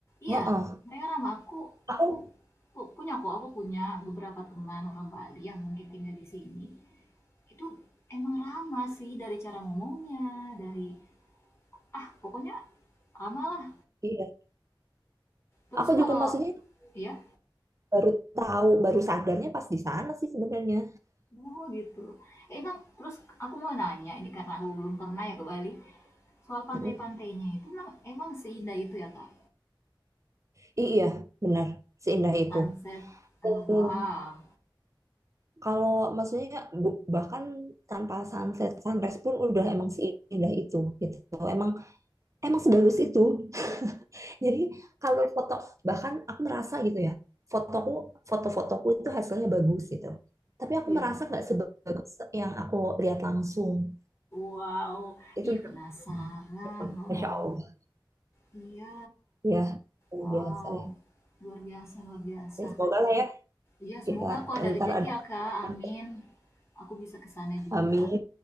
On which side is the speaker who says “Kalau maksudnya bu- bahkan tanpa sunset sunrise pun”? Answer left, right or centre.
Right